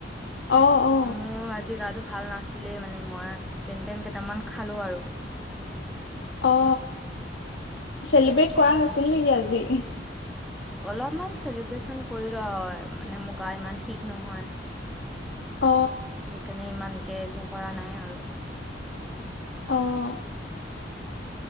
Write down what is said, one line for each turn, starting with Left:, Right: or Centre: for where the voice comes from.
Left: অ অ
Centre: মোৰ আজি গাটো ভাল নাছিলেই মানে, মই যেনতেন কেইটামান খালোঁ আৰু।
Left: অ, চেলিব্ৰেট কৰা হৈছিল
Centre: তাৰপৰা
Left: নেকি আজি?
Centre: অলপমান চেলিব্ৰেচন কৰিলোঁ আও, মানে মো গা ইমান ঠিক নহয়।
Left: অ
Centre: সেইকাৰণে ইমান কে-কো একো কৰা নাই আৰু।
Left: অ'।